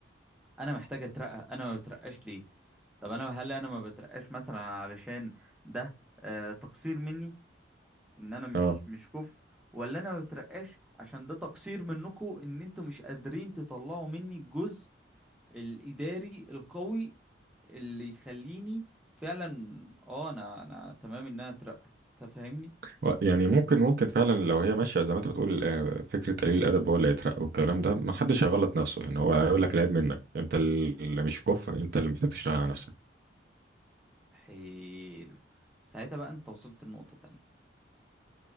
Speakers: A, in the centre; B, on the right (about 50°).
A: أنا محتاج أترقى أنا ما بترقاش ليه؟ طب أنا هل أنا ما بترقاش مثلا علشان ده آه تقصير مني إن أنا مش
B: اه
A: مش كفء ولا أنا ما بترقاش عشان ده تقصير منكم إن أنتوا مش قادرين تطلعوا مني الجزء الإداري القوي اللي يخليني فعلا اه انا انا تمام ان انا اترقى تفهمني
B: و- يعني ممكن ممكن فعلا لو هي ماشيه زي ما انت بتقول آه، فكره قليل الادب هو اللي هيترقى والكلام ده ما حدش هيغلط نفسه يعني هو هيقول لك العيب منك انت اللي مش كفء انت اللي محتاج تشتغل على نفسك
A: حلو ساعتها بقى انت وصلت النقطة التانية